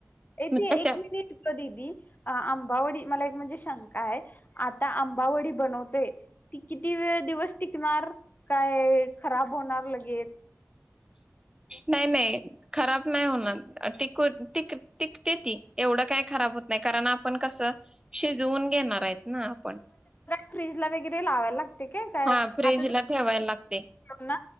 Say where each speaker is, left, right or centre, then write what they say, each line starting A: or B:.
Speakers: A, on the left; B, on the right.
A: ए
B: मग
A: ते
B: त्याच्या
A: एक मिनिट गं दीदी. अ आंबावडी मला एक म्हणजे शंका आहे आता आंबावडी बनवतेय ती किती वेळ दिवस टिकणार काय खराब होणार लगेच.
B: नाही नाही खराब नाही होणार टिक टिकते ती एवढं काही खराब होत नाही., कारण आपण कसं शिजवून घेणार आहेत. <unintelligible>
A: फ्रीज ला वगैरे लावायला लागते. ठीक आहे काय
B: हा फ्रीजला
A: आता
B: ठेवायला लागते
A: ना